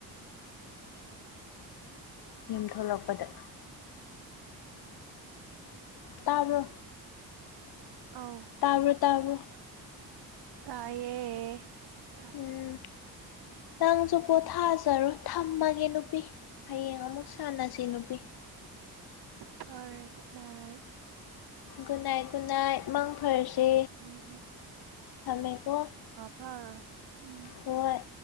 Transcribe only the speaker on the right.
ꯈ <unintelligible>
ꯑꯥꯎ
ꯇꯥꯌꯦ꯫
ꯐꯔꯦ ꯒꯨꯗ ꯅꯥꯏꯠ꯫
ꯎꯝ
ꯐꯔ ꯎꯝ